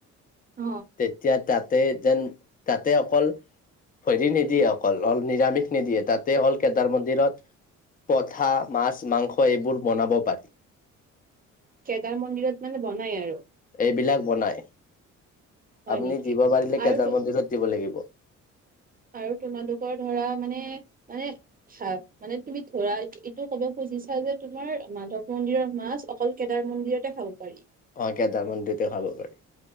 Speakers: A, on the right; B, on the left.
A: অ
B: তেতিয়া তাতে যেন তাতে অকল, হেৰি নিদিয়ে অকল অল নিৰামিষ নিদিয়ে তাতে অল কেদাৰ মন্দিৰত পঠা মাছ মাংস এইবোৰ বনাব পাৰি।
A: কেদাৰ মন্দিৰত মানে বনাই আৰু
B: এই বিলাক বনাই
A: হয়
B: আপুনি
A: নেকি
B: দিব পাৰিলে
A: আৰু
B: কেদাৰ
A: তো-
B: মন্দিৰত দিব লাগিব অ
A: আৰু তোমালোকৰ ধৰা মানে মানে হা মানে তুমি ধৰা এইটো ক'ব খুজ খুজিছা যে তোমাৰ মাধৱ মন্দিৰৰ মাছ অকল কেদাৰ মন্দিৰতে খাব পাৰি
B: অ কেদাৰ মন্দিতে খাব পাৰি